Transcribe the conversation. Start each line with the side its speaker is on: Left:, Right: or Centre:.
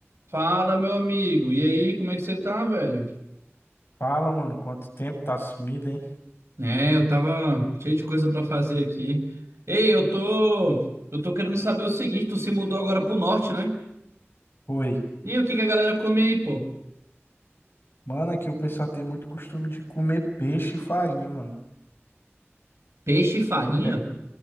Right: Fala, meu amigo. E aí, como é que você tá, velho?
Left: Fala, mano, quanto tempo tá sumido, hein?
Right: É, eu tava cheio de coisa pra fazer aqui. Ei, eu tô, eu tô querendo saber o seguinte, tu se mudou agora pro norte, né?
Left: Foi.
Right: E aí, o que que a galera come aí, pô?
Left: Mano, aqui o pessoal tem muito costume de comer peixe e farinha, mano.
Right: Peixe e farinha?
Left: É,